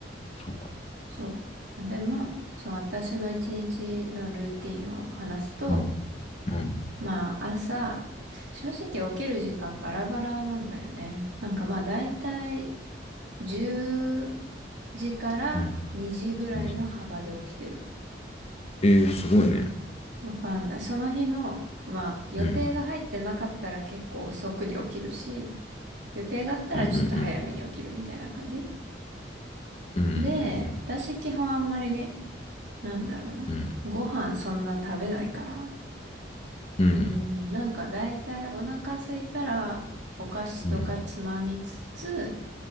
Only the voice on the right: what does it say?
そう。あでも、そう、私の一日のルーティンを話すと、
まあ、朝、正直起きる時間バラバラなんだよね。なんかまあ、だいたい10時から2時ぐらいの幅で起きてる。
わかんない。その日の、まあ、予定が入ってなかったら結構遅くに起きるし、
予定があったらちょっと早めに起きるみたいな感じ
で、
私基本あんまりね、なんだろうな。
ご飯そんな食べないから。
うん、なんかだいたいお腹空いたらお菓子とかつまみつつ、